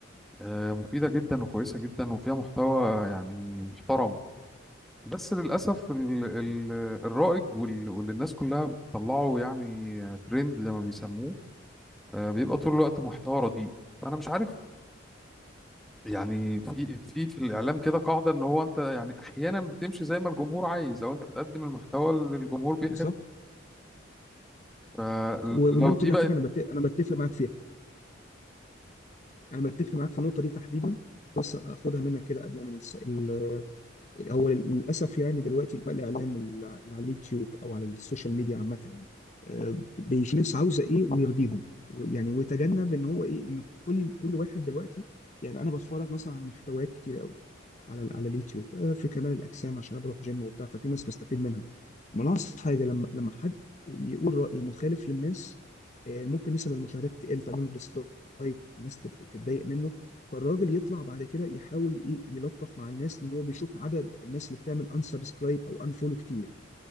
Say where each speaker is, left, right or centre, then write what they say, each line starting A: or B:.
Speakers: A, in the centre; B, on the left.
A: آه، مفيدة جدا وكويسة جدا وفيها محتوى يعني محترم بس للأسف ال ال الرائج وال- واللي الناس كلها بتطلعه يعني ترند زي ما بيسموه آه، بيبقى طول الوقت محتوى رديء فأنا مش عارف يعني في في في الإعلام كده قاعدة إن هو أنت يعني أحيانا بتمشي زي ما الجمهور عايز أو أنت بتقدم المحتوى اللي الجمهور بيحبه
B: بالظبط
A: فلو
B: و- والنقطة
A: دي
B: دي
A: بقت
B: على فكرة انا بت- انا بتفق معاك فيها انا بتفق معاك في النقطه دي تحديدا بس اخدها منك كده قبل من الس... ال... ال- هو للاسف يعني دلوقتي بقى الاعلام ال- على اليوتيوب او على السوشيال ميديا عامه يعني آه، بيش ناس عاوزه ايه ويرضيهم يعني ويتجنب ان هو ايه ان كل كل واحد دلوقتي يعني انا بتفرج مثلا على محتويات كتير قوي على ال- على اليوتيوب آه، في كمال الاجسام عشان انا بروح جيم وبتاع ففي ناس بستفيد منها ما انا أقصد حاجه لما لما حد يقول راي مخالف للناس آه، ممكن نسب المشاهدات تقل تعمل له ديسلايك الناس تت- تتضايق منه فالراجل يطلع بعد كده يحاول ايه يلطف مع الناس لان هو بيشوف عدد الناس اللي بتعمل انسبسكرايب او انفولو كتير